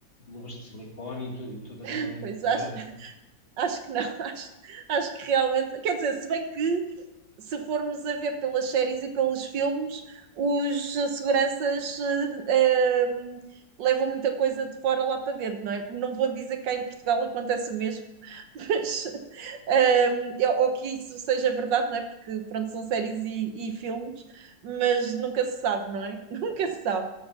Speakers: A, on the left; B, on the right.
A: luvas de silicone e, tu- e tudo assim
B: depois,
A: do
B: acho,
A: género.
B: Acho que não, <laughs> acho, acho que realmente. Quer dizer, se bem que se formos a ver pelas séries e pelos filmes, os eh, seguranças eh, eh, levam muita coisa de fora lá para dentro, não é? Não vou dizer que cá em Portugal acontece o mesmo, <laughs> mas eh, eu- ou que isso seja verdade, não é? Porque pronto, são séries e, e filmes, mas nunca se sabe, não é? <laughs> Nunca se sabe.